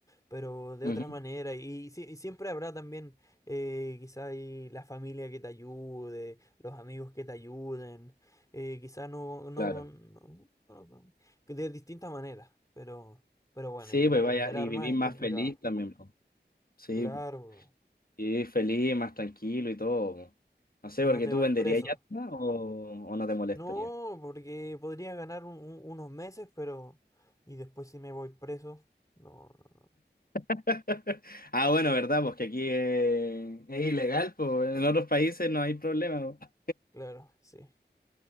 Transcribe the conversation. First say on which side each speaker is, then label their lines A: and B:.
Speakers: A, on the left (about 20°); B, on the left (about 55°).
A: pero de
B: Ujú,
A: otra manera y, si- y siempre habrá también eh, quizás la familia que te ayude, los amigos que te ayuden, eh, quizás no, no,
B: claro.
A: no- no- de distintas maneras, pero, pero bueno,
B: Sí,
A: y claro,
B: pues vaya,
A: vender
B: y
A: armas
B: vivís
A: es
B: más
A: complicado.
B: feliz también, po. Sí,
A: Claro.
B: po. Y vivís feliz, más tranquilo y todo, po. No sé,
A: y
B: porque
A: no te
B: tú
A: vais
B: venderías
A: preso.
B: yatma o, o no te molestaría.
A: No, porque podría ganar un- un- unos meses, pero... Y después si me voy preso. No, no, no.
B: <laughs> Ah, bueno, ¿verdad? Pues que aquí es, es ilegal, pues en otros países no hay problema. po.
A: Claro, sí.